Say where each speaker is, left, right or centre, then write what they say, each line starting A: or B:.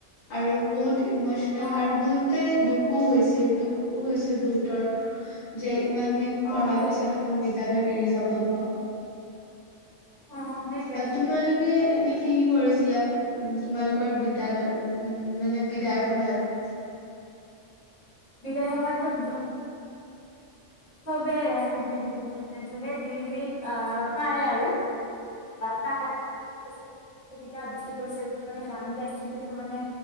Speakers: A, on the left; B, on the left.
A: আৰু বহুত ইমচনেল
B: অ
A: আৰু বহুত তে দুখ সু হৈছিল দুখো হৈছিল বহুতৰ যে ইমান দিন
B: অ
A: পঢ়াৰ
B: সেইটোৱে
A: পিছত এখন বিদ্য়ালয় এৰি যাব হব
B: অ সেইটোৱে
A: এ তোমালোকে এনে কি কি কৰিছ বোলে তোমালোকৰ বিদ্যালয় উ মানে বিদায় সভাত
B: বিদায় সভাতো অ চবে বিভি যোনে যি যি আহ পাৰে আৰু তাৰে কৰিছিল কিছুমানে কবিতা আবৃত্তি কৰিছিল কিছুমানে গান গাইছিল কিছুমানে